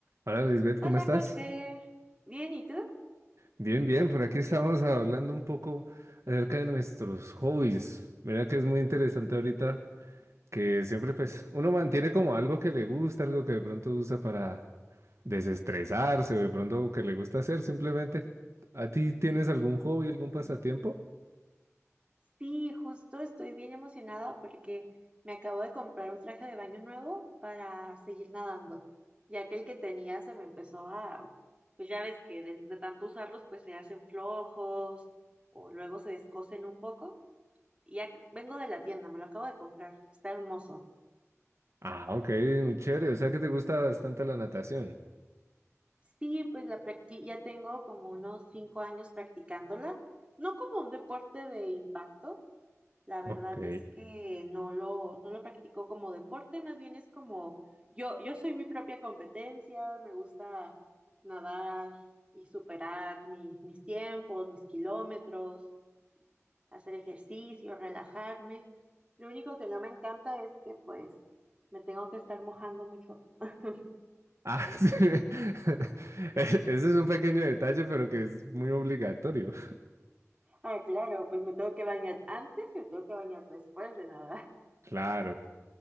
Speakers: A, on the right (about 60°); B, on the right (about 20°).
A: Hola Lisbeth, ¿cómo
B: Hola
A: estás?
B: Jorge, ¿bien y tú?
A: Bien, bien, por aquí estamos hablando un poco acerca de nuestros hobbies. Mira que es muy interesante ahorita que siempre pues uno mantiene como algo que le gusta, algo que de pronto usa para desestresarse o de pronto que le gusta hacer simplemente. ¿A ti tienes algún hobby, algún pasatiempo?
B: Sí, justo estoy bien emocionada porque me acabo de comprar un traje de baño nuevo para seguir nadando, ya que el que tenía se me empezó a, pues ya ves que de, de tanto usarlos pues se hacen flojos o luego se descosen un poco y ya vengo de la tienda, me lo acabo de comprar, está hermoso.
A: Ah, ok, muy chévere, o sea que te gusta bastante la natación.
B: Sí, pues la practi- ya tengo como unos cinco años practicándola, no como un deporte de impacto, La verdad
A: Ok.
B: es que no lo, no lo practico como deporte, más bien es como yo, yo soy mi propia competencia, me gusta nadar y superar mi- mis tiempos, mis kilómetros, hacer ejercicio, relajarme. Lo único que no me encanta es que pues me tengo que estar mojando mucho. <laughs>
A: Ah, <laughs> sí. <laughs> E- Ese es un pequeño detalle, pero que es muy obligatorio.
B: Ah, claro, pues me tengo que bañar antes y me tengo que bañar después de nadar.
A: <laughs> Claro.